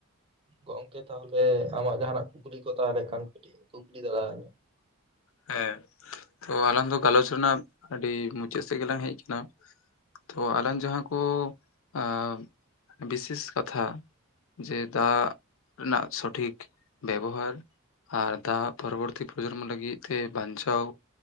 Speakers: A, on the right; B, on the left.
A: ᱜᱚᱝᱠᱮ ᱛᱟᱦᱚᱞᱮ ᱟᱢᱟᱜ ᱡᱟᱦᱟᱱᱟᱜ ᱠᱩᱠᱞᱤ ᱠᱚ ᱛᱟᱦᱮᱸ ᱞᱮᱱ ᱠᱷᱟᱱ ᱠᱟᱹᱴᱤᱡ ᱠᱩᱠᱞᱤ ᱫᱟᱲᱮ ᱟᱹᱧᱟᱹ
B: ᱦᱮᱸ ᱛᱚ ᱟᱞᱟᱝ ᱫᱚ ᱜᱟᱞᱚᱪ ᱨᱮᱱᱟᱜ ᱟᱹᱰᱤ ᱢᱩᱪᱟᱹᱫ ᱥᱮᱫ ᱜᱮᱞᱟᱝ ᱦᱮᱡ ᱠᱟᱱᱟ᱾ ᱛᱚ ᱟᱞᱟᱝ ᱡᱟᱦᱟᱸ ᱠᱚ ᱟᱸᱸᱸ ᱵᱤᱥᱮᱥ ᱠᱟᱛᱷᱟ ᱡᱮ ᱫᱟᱜ ᱨᱮᱱᱟᱜ ᱥᱚᱴᱷᱤᱠ ᱵᱮᱵᱚᱦᱟᱨ ᱟᱨ ᱫᱟᱜ ᱯᱚᱨᱚᱵᱚᱨᱛᱤ ᱯᱨᱚᱡᱚᱱᱢᱚ ᱞᱟᱹᱜᱤᱫ ᱛᱮ ᱵᱟᱸᱧᱪᱟᱣ